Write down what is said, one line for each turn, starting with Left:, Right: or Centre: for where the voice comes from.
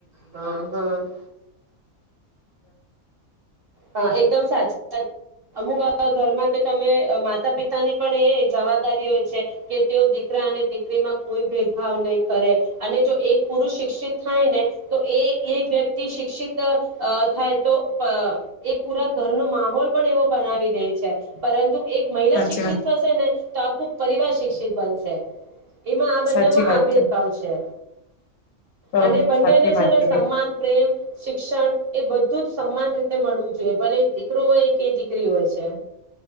Right: હમ હમ. હા એકદમ સાચી અમુ ઘરમાં તો તમે માતા પિતાની પણ એ જવાબદારી હોય છે, કે તેઓ દીકરા અને દીકરીમાં કોઈ ભેદભાવ નહીં કરે, અને જો એક પુરુષ શિક્ષિત થાય ને, તો એ એક વ્યક્તિ શિક્ષિત થાય તો એ પૂરા ઘરનો માહોલ પણ એવો બનાવી દે છે, પરંતુ એક મહિલા
Left: સાચી
Right: શિક્ષિત
Left: વાત
Right: થશે ને, તો ખૂબ પરિવાર શિક્ષિત બનસે. એમાં આ બંનેમાં
Left: સાચી વાત
Right: આ ભેદભાવ છે.
Left: તો
Right: અને બંનેને
Left: સાચી વાત
Right: છે ને
Left: કરી
Right: સમાન પ્રેમ શિક્ષણ, એ બધું જ સમાન રીતે મળવું જોઈએ ભલે દીકરો એ કે દીકરી હોય છે.